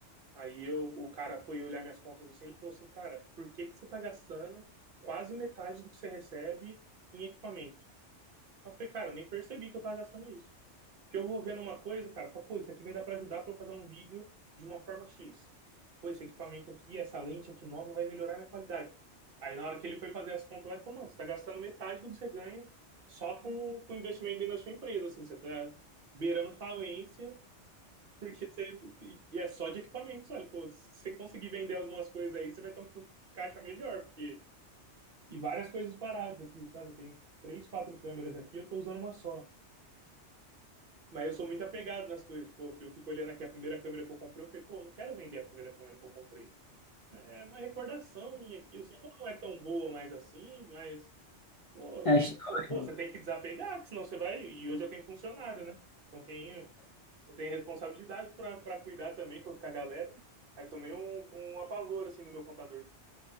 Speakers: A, on the right (about 55°); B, on the left (about 55°).
A: aí eu, o cara foi olhar minhas contas assim, ele falou assim, cara, por que que você tá gastando quase metade do que você recebe em equipamento? Eu falei, cara, eu nem percebi que eu tava gastando isso. Que eu vou vendo uma coisa, cara, eu falo, pô, isso aqui vai dar pra ajudar pra eu fazer um vídeo de uma forma X. Pô, esse equipamento aqui, essa lente aqui nova vai melhorar minha qualidade. Aí na hora que ele foi fazer as contas, vai, pô, mano, você tá gastando metade do que você ganha só com, o- investimento dentro da sua empresa, assim, você tá beirando falência, porque você. e é só de equipamentos, olha, pô, se você conseguir vender algumas coisas aí, você vai ter um fluxo de caixa melhor, porque. E várias coisas paradas aqui, sabe? Tem três, quatro câmeras aqui, eu tô usando uma só. Mas eu sou muito apegado nas coisas. Tipo, eu, eu fico olhando aqui a primeira câmera que eu comprei. Eu falei, pô, não quero vender a primeira câmera que eu comprei. É uma recordação minha aqui. Eu sei que não é tão boa mais assim, mas. Pô,
B: É a história.
A: pô, pô, você tem que desapegar, que senão você vai. E hoje eu tenho funcionário, né? Não tenho, não tenho responsabilidade pra pra cuidar também com a galera. Aí tomei um, um apavor, assim, no meu computador.